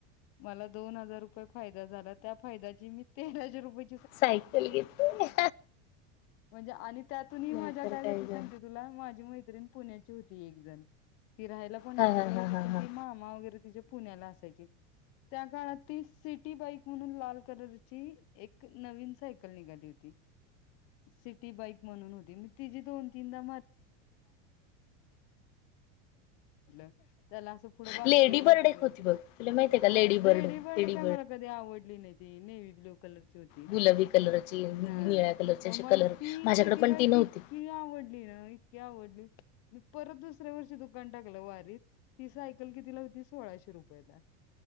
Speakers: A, on the left; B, on the left.
A: मला दोन हजार रुपये फायदा झाला त्या फायद्याची मी तेराशे रुपये
B: सायकल घेतली.
A: म्हणजे आणि त्यातूनही
B: नाहीतर
A: मजा काय झाली सांगते
B: ग
A: तुला माझी मैत्रीण पुण्याची होती एक जण ती राहायला पंढरपूर
B: हा हा हा
A: होती.
B: हा
A: पण ती
B: हा
A: मामा वगैरे तजे पुण्याला असायचे. त्या काळात ती सिटी बाईक म्हणून लाल कलरची एक नवीन सायकल निघाली होती. सिटी बाईक म्हणून होती, मी तिची दोन तीनदा <unintelligible> त्याला असं थोडं बास्केट
B: लेडी
A: बिस्कीट
B: बर्ड एक होती बघ तुला माहितीय का
A: हा लेडी बर्ड
B: लेडी
A: काय मला कधी आवडली नाय ती नेव्ही ब्लू कलरची होती,
B: गुलाबी कलरची निळ्या
A: हा
B: कलरची
A: हो
B: असे
A: मला
B: कलर
A: ती ती
B: माझ्याकडे
A: सिटी
B: पण
A: बाईक
B: ती नव्हती
A: इतकी आवडली ना इतकी आव परत दुसऱ्या वर्षी दुकान टाकला वारीत ती सायल कितीला होती सोळाशे रुपयला. <inaudible>